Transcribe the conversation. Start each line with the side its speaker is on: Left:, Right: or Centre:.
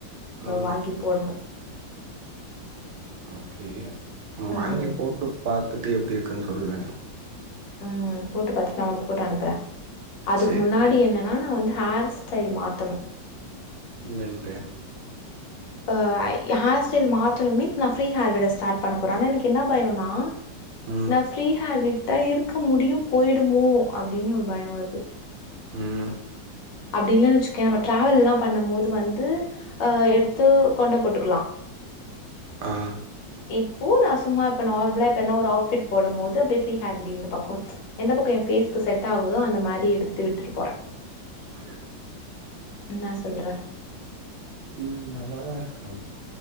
Right: ஆ
Left: வாங்கி போடணும்
Right: ஓகே
Left: ம்
Right: வாங்கி போட்டு பாத்துட்டு எப்டி இருக்குன்னு சொல்லுங்க
Left: ம் போட்டு பாத்துட்டு நான் உனக்கு போட்டோ அனுப்புறேன் அதுக்கு
Right: சரி,
Left: முன்னாடி
Right: சரி.
Left: என்னன்னா நான் வந்து ஹார் ஸ்டைலு மாத்தனும்
Right: இன்னும் இல்ல
Left: ஆ ஹேர் ஸ்டைல் மாத்தணும் மீன்ஸ் நான் ஃப்ரீ ஹேர் விட ஸ்டார்ட் பண்ண போறன் ஆனா எனக்கு என்ன பயோன்னா
Right: ம்,
Left: நா ஃப்ரீ ஹேர் விட்டா இருக்க முடியும் போயிடுமோ அப்டின்னு ஒரு பயம் வருது
Right: ம்
Left: அப்டி இல்லன்னு வச்சுக்கே நம்ம டிராவல் எல்லா பண்ணும் போது வந்து அ எடுத்து கொண்ட போட்டுக்கலா
Right: ஆ
Left: இப்போ நான் சும்மா இப்ப நார்மலா இப்ப என்ன ஒரு அவுட் ஃபிட் போடும் போது அப்டி ஃப்ரீ ஹேர் அடி இந்த பக்கம் எந்த பக்கம் என் பேஸ்கு செட் ஆகுதோ அந்த மாரி எடுத்து விட்டு போறேன்
Right: ஆ
Left: என்னா சொல்ற
Right: ம் நல்லாதான் இருக்கு